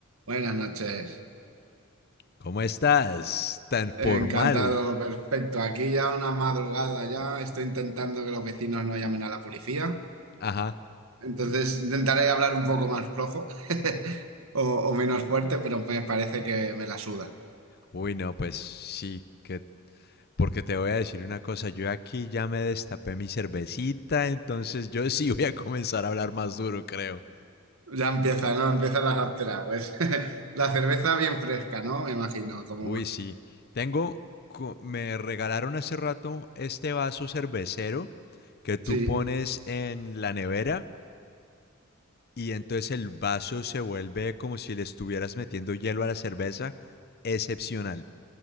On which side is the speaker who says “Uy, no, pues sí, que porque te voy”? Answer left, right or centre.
Left